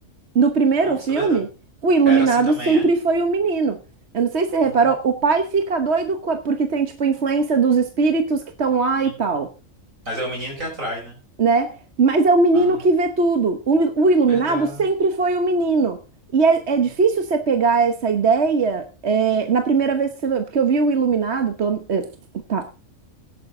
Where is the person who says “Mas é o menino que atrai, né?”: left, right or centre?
Right